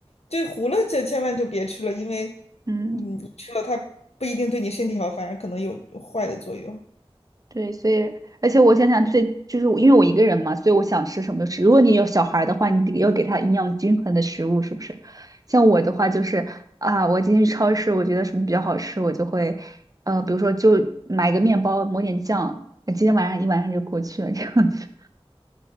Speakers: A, on the left; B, on the right.
A: 对，糊了就千万就别吃了，因为
B: 嗯。
A: 嗯，你吃了它不一定对你身体好，反而可能有坏的作用。
B: 对，所以而且我想想最就是我因为我一个人嘛，所以我想吃什么就吃。如果你有小孩儿的话，你得要给他营养均衡的食物，是不是？像我的话就是啊，我今天去超市，我觉得什么比较好吃，我就会呃，比如说就买个面包，抹点酱，那今天晚上一晚上就过去了这样子。